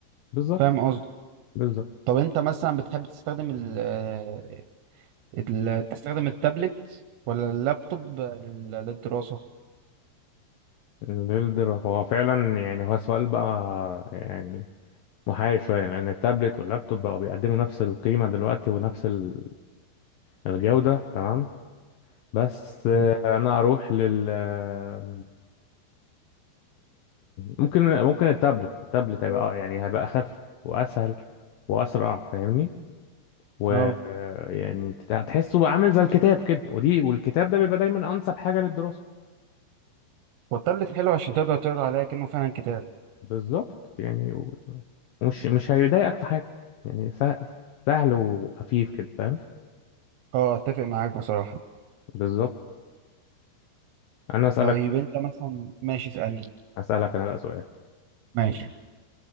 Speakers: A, on the left; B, on the right.
A: بالظبط
B: فاهم قصدي
A: بالظبط
B: طب انت مثلا بتحب تستخدم ال آه، ال- تستخدم التابلت ولا اللابتوب لل- للدراسة
A: البيلدر هو فعلا يعني هو سؤال بقى يعني محير شوية لأن التابلت واللابتوب بقوا بيقدموا نفس القيمة دلوقتي ونفس ال- الجودة تمام بس آه،
B: مم.
A: أنا أروح لل آه، ممكن ممكن التابلت التابلت هيبقى آه، يعني هيبقى أخف وأسهل وأسرع فاهمني و
B: اه
A: آه، يعني تحسه بقى عامل زي الكتاب كده ودي والكتاب ده بيبقى دايما أنسب حاجة للدراسة
B: والتابلت حلو عشان تقدر تقرا عليها كأنه فعلا كتاب
A: بالظبط يعني و- ومش مش هيضايقك في حاجة يعني سهل, سهل وخفيف كده فاهم
B: اه اتفق معاك بصراحة
A: بالظبط أنا أسألك
B: طيب انت مثلا ماشي اسألني
A: أسألك أنا بقى سؤال
B: ماشي